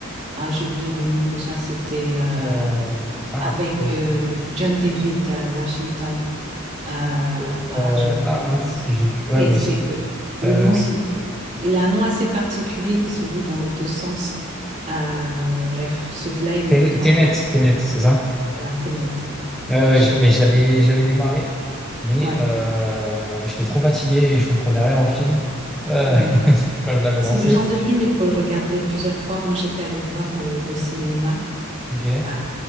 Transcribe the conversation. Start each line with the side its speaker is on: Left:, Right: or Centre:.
Right: Ah, j'ai oublié le nom déjà. C'était euh,
Centre: Euh, ah,
Right: avec
Centre: oui.
Right: euh, John David euh, Washington. Euh, ah,
Centre: Oui. Euh,
Right: j'ai oublié
Centre: ah, mince,
Right: le nom.
Centre: j'ai plus. Ouais,
Right: Oui,
Centre: moi
Right: c'est
Centre: aussi.
Right: le
Centre: Euh,
Right: nom. se- Il a un nom assez particulier qui se lit dans les deux sens. Euh, bref, celui-là, il était
Centre: Tenet,
Right: vraiment
Centre: Tenet,
Right: à
Centre: Tenet, c'est ça?
Right: la Tenet.
Centre: Euh, ouais,
Right: J'ai-
Centre: je- mais je l'avais, je l'avais démarré mais
Right: Ouais,
Centre: euh, j'étais trop fatigué et je comprenais rien au film euh,
Right: ouais.
Centre: <laughs> quand je l'avais
Right: C'est
Centre: lancé.
Right: le genre de film, il faut le regarder plusieurs fois. Moi, j'étais allée le voir au, au cinéma.
Centre: Ok,
Right: Euh,